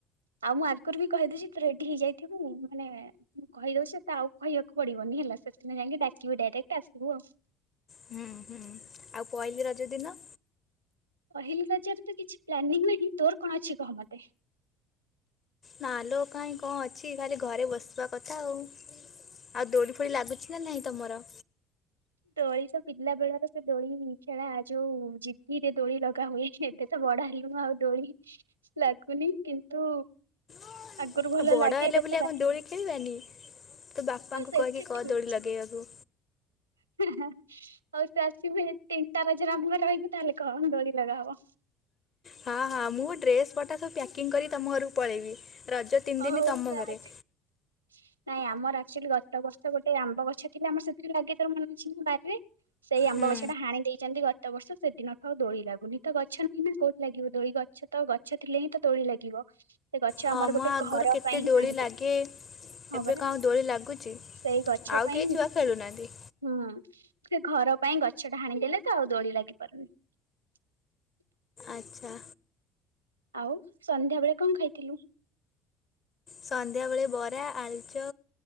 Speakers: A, on the right; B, on the left.
A: ଆଉ ମୁଁ ଆଗୁରୁ ବି କହିଦେଇଛି ତୁ ରେଡ଼ି ହେଇଯାଇଥିବୁ ମାନେ ମୁଁ କହିଦଉଛି ତତେ ଆଉ କହିବାକୁ ପଡିବନି ହେଲା ସେଦିନ ଯାଇକି ଡାକିବି ଡାଇରେକ୍ଟ ଆସିବୁ ଆଉ।
B: ହୁଁ ହୁଁ। ଆଉ ପହଲିି ରଜ ଦିନ?
A: ପହିଲି ଗଜରେ ତ କିଛି ପ୍ଲାନିଂ ନାହିଁ। ତୋର କଣ ଅଛି କହ ମତେ?
B: ନା ଲୋ କାହିଁ କଣ ଅଛି ଖାଲି ଘରେ ବସିବା କଥା ଆଉ। ଆଉ ଦୋଳି ଫୋଳି ଲାଗୁଛି ନା ନାଇଁ ତମର?
A: ଦୋଳି ପିଲା ବେଳାର ସେ ଦୋଳି ଖେଳା ଯୋଉ ଜିଦି ରେ ଦୋଳି ଲଗା ହୁଏ ଏବେ ତ ବଡ଼ ହେଲୁଣୁ ଆଉ ଦୋଳି ଲାଗୁନି। କିନ୍ତୁ
B: ଆଉ
A: ଆଗରୁ ଭଲ
B: ବଡ଼
A: ଲାଗେ
B: ହେଲେ
A: ଏବେ
B: ବୋଲି
A: ତ
B: ଆଉ
A: ଲାଗେନି
B: କଣ ଦୋଳି ଖେଳିବା ନି? ତୁ ବାପାଙ୍କୁ
A: ହଁ ସେଇଟା
B: କହିକି କହ
A: ଠିକ ଅଛି।
B: ଦୋଳି ଲଗେଇବାକୁ।
A: <inaudible> ହଉ ତୁ ଆସିବୁ ଯଦି ତିନିଟା ରଜରେ ଆମ ଘରେ ରହିବୁ ତାହେଲେ କହ ଦୋଳି ଲଗା ହବ।
B: ହଁ ହଁ ମୁଁ ଡ୍ରେସ ପଟା ସବୁ ପ୍ୟାକିଂ କରିିକ ତମ ଘରକୁ ପଳେଇବି। ରଜ ତିନି
A: ହଉ
B: ଦିନ ତମ
A: ତାହେଲେ
B: ଘରେ।
A: <inaudible> ନାଇଁ ଆମର ଆକ୍ଚୁଆଲି ଗତ ବର୍ଷ ଗୋଟେ ଆମ୍ବ ଗଛ ଥିଲା ଆମର ସେଥିରେ ଲାଗେ ତୋର ମନେ ଅଛି ନା ବାରିରେ? ସେଇ ଆମ୍ବ
B: ହୁଁ
A: ଗଛ ଟା ହାଣି ଦେଇଛନ୍ତି ଗତ ବର୍ଷ। ସେଦିନ ଠୁ ଆଉ ଦୋଳି ଲାଗୁନି ତ ଗଛ ନାହିଁ ନା କୋଉଠି ଲାଗିବ ଦୋଳି? ଗଛ ଗଛ ତ ଗଛ ଥିଲେ ହିଁ ତ ଦୋଳି ଲାଗିବ। ସେ ଗଛ
B: ହଁ
A: ଆମର
B: ମ
A: ଗୋଟେ
B: ଆଗରୁ
A: ଘର
B: କେତେ
A: ପାଇଁ
B: ଦୋଳି
A: ହାଣିଦେଲେ
B: ଲାଗେ।
A: ହଁ
B: ଏବେ
A: ପରା
B: କଣ ଆଉ ଦୋଳି ଲାଗୁଛି
A: ସେଇ ଗଛ
B: ଆଉ
A: ପାଇଁ
B: କେହି ଛୁଆ ଖେଳୁନାହାନ୍ତି।
A: ହୁଁ ସେ ଘର ପାଇଁ ଗଛ ଟା ହାଣିଦେଲେ ତ ଆଉ ଦୋଳି ଲାଗିପାରୁନି। <inaudible>
B: ଆଚ୍ଛା।
A: ଆଉ ସନ୍ଧ୍ୟାବେେଳେ କଣ ଖାଇଥିଲୁ।
B: ସନ୍ଧ୍ୟାବେଳେ ବରା ଆଳୁଚପ